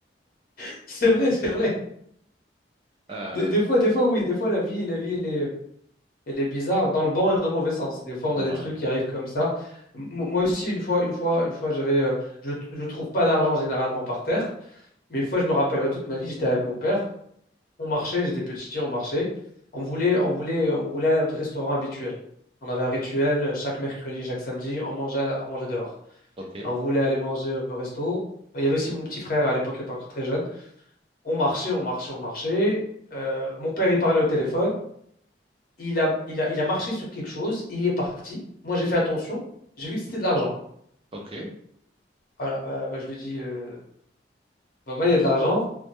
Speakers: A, on the left (about 50°); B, on the right (about 30°).
A: <laughs> C'est vrai, c'est vrai.
B: Euh,
A: Des, des fois, des fois, oui, des fois, la vie, la vie, elle est, elle est bizarre, dans le bon et dans le mauvais sens. Des fois, on
B: ouais,
A: a des trucs qui arrivent comme ça. M- moi aussi, une fois, une fois, une fois, j'avais, euh, je, je trouve pas d'argent généralement par terre, mais une fois, je me rappellerai toute ma vie, j'étais avec mon père. On marchait, j'étais petit, on marchait. On voulait, on voulait, on voulait aller à notre restaurant habituel. On avait un rituel chaque mercredi, chaque samedi, on mangeait, on mangeait dehors.
B: ok,
A: Et on voulait aller manger au resto. Il y avait aussi mon petit frère à l'époque, il était encore très jeune. On marchait, on marchait, on marchait. Euh, mon père, il parlait au téléphone. Il a, il a, il a marché sur quelque chose. Il est parti. Moi, j'ai fait attention. J'ai vu que c'était de l'argent.
B: ok.
A: Voilà, bah, bah, je lui dis. dit, euh, papa, il y a de l'argent.